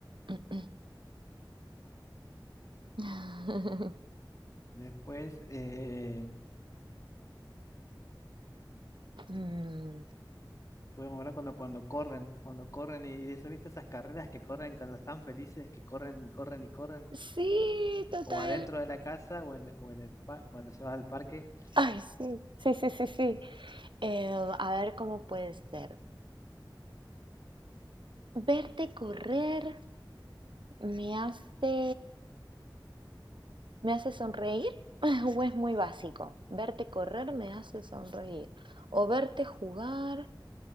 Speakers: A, on the right; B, on the left.
A: <clears throat> <laughs>
B: Después eh,
A: Mm,
B: podemos hablar cuando, cuando corren, cuando corren y eso, ¿viste? Esas carreras que corren cuando están felices, que corren y corren y corren,
A: Sí, total.
B: o adentro de la casa o en, o en el pa- cuando se va al parque.
A: Ay, sí, sí, sí, sí, sí. Eh, a ver cómo puede ser. Verte correr me hace, me hace sonreír <laughs> o es muy básico. Verte correr me hace sonreír. O verte jugar